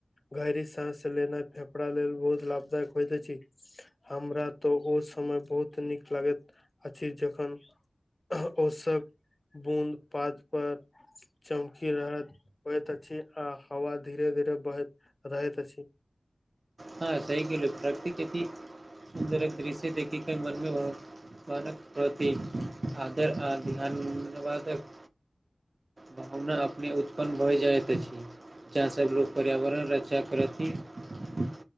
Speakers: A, on the left; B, on the right.
A: गहरी साँस लेनाय फेफड़ा लेल बहुत लाभदायक होइत अछि हमरा तऽ ओ समय बहुत नीक लागैत अछि जखन ओ सब बूंद पात पर चमकी रहैत होइत अछि आ हवा धीरे धीरे बहैत रहैत अछि
B: हँ सहि कहलि प्रकति सुन्दरक दृश्य देख क मनमे बत बनक प्रति आदर आ ध्यानवादक भावना अपने उत्पन्न भऽ जाइत अछि सभ लोक पर्यावरण रक्षा करथिन